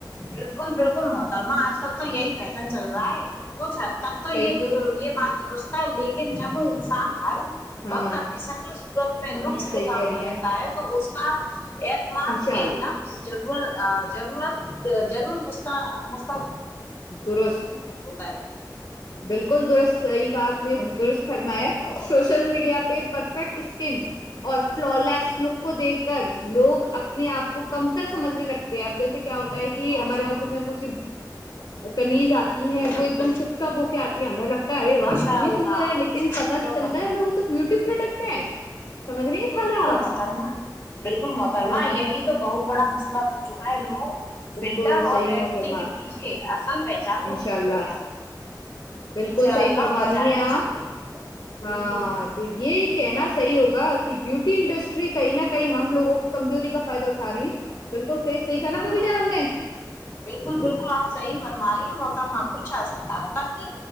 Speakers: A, on the left (about 30°); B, on the left (about 55°).
A: بالکل بالکل محترما آج کل تو یہی فی چل رہا ہے پچھا تب تو
B: صحیح
A: یہ د یہ بات درست لیکن جب انسان ہر
B: ہاں
A: وکت اپنی شکل سورت میں
B: صحیح
A: نقص نکالتا
B: کہہ رہی
A: رہتا
B: ہیں
A: ہے تو اس کو <inaudible> ایتمال
B: انشاء اللہ
A: ن ضرورت ضرورت تو ضرور مستق
B: درست
A: ہے
B: بالکل درست صحیح کہا آپ نے درست فرمایا
A: بالکل
B: سوشل میڈیا پہ پرفیکٹ اس ن اور فلالس لک کو دیکھ کر لوگ اپنے آپ کو کم ر سج لگ اب جیسے کیا ہوتا
A: بالکل
B: ہے کہ
A: محترمہ
B: ہمارے آفس میں کچھ ک ن جات تی ہے وہ ایک
A: بالکل
B: دم ٹپٹپ ہو کے آتی ہے ہمیں لگتا ہے ارے واہ
A: انشاء
B: کتنی
A: اللہ
B: سندر ہے لیکن
A: ایسی ٹپ
B: پتتا چلتا
A: ٹاپ بنی
B: ہے
A: رہے
B: میں وہ تو بیوٹی پروڈکٹ ہے سمجھ رہی ہیں
A: بالکل
B: خالہ
A: بالکل
B: آپ
A: محترما بالکل محترما
B: ہاں
A: یہی تو بہت بڑا مسئلہ بن جو ہے لوگ فلٹر
B: بالکل صحیح
A: اور
B: محترما
A: ایڈٹنگ کے پیچھے اصل پہچان
B: انشاء
A: کو بھول
B: اللہ
A: گئے ہیں اپنی
B: بالکل
A: انشاء
B: صحیح
A: اللہ
B: فرما
A: بچائے
B: رہی ہیں
A: ان
B: آپ
A: سے بالکل
B: ہاں
A: بالکل
B: تو یہ کہنا صحیح ہوگا واھ کہ بوٹی انڈسٹری کئی نہ کئی ہم لوگوں کی کمزوری کا فائدہ اٹھا رہے ہیں بالکل کئی صحیح تھا نا ببی
A: مت
B: جان ہم نے
A: بالکل بالکل آپ صحیح فرما رہے موت تا میں کچھ اس اب تک